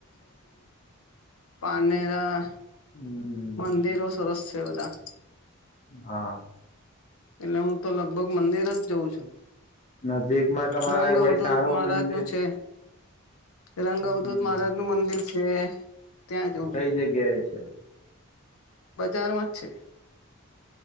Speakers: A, on the left; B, on the left.
A: પાનેરા
B: હમ
A: મંદિરો સરસ છે, બધા.
B: હા.
A: એટલે હું તો લગભગ મંદિર જ જઉં છું.
B: નજીકમાં તમારે
A: રંગ
B: કોઈ
A: અવધૂત
B: સારું
A: મહારાજ
B: મંદિર
A: નું છે. રંગઅવધૂત
B: હમ
A: મહારાજ નું મંદિર છે. ત્યાં જવું
B: કઈ જગ્યાએ છે?
A: બજારમાંજ છે.